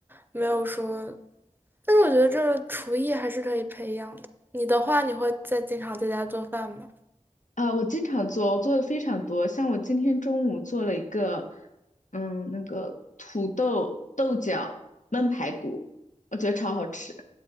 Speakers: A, on the right (about 15°); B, on the left (about 75°).
A: 没有说，但是我觉得这个厨艺还是可以培养的。你的话，你会在经常在家做饭吗？
B: 啊，我经常做，我做的非常多。像我今天中午做了一个，嗯，那个土豆豆角焖排骨，我觉得超好吃。